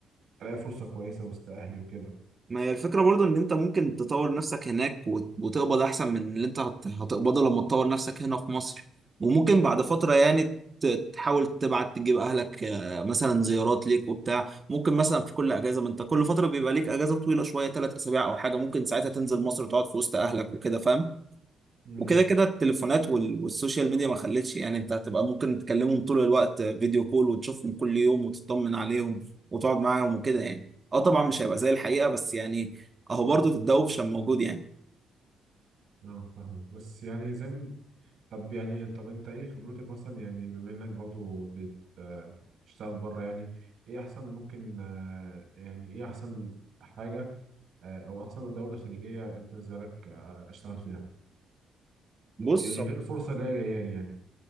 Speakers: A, on the right; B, on the right.
A: الاقي فرصه كويسه وسط اهلي وكده
B: ما هي الفكرة برضو ان انت ممكن تطور نفسك هناك وت- وتقبض احسن من اللي انت هت- هتقبضه لما تطور نفسك هنا في مصر وممكن بعد فترة يعني ت- تحاول تبعت تجيب اهلك آه، مثلا زيارات ليك وبتاع ممكن مثلا في كل اجازة ما انت كل فترة بيبقى ليك اجازة طويلة شوية ثلاث اسابيع او حاجة ممكن ساعتها تنزل مصر وتقعد في وسط اهلك وكده فاهم
A: امم
B: وكده كده التليفونات وال- والسوشيال ميديا ما خلتش يعني انت هتبقى ممكن تكلمهم طول الوقت فيديو كول وتشوفهم كل يوم وتطمن عليهم وتقعد معاهم وكده يعني اه طبعا مش هيبقى زي الحقيقة بس يعني اهو برضه في الدوشة موجود يعني
A: اه فاهم بس يعني زي ما- طب يعني طب انت ايه خبرتك مثلا يعني بما انك برضو بتشتغل بره يعني ايه احسن ممكن آه، يعني ايه احسن حاجه آه، او احسن دوله خليجيه انت بالنسبه لك آه، اشتغل فيها
B: بص
A: يعني غير الفرصة اللي هي جاية لي يعني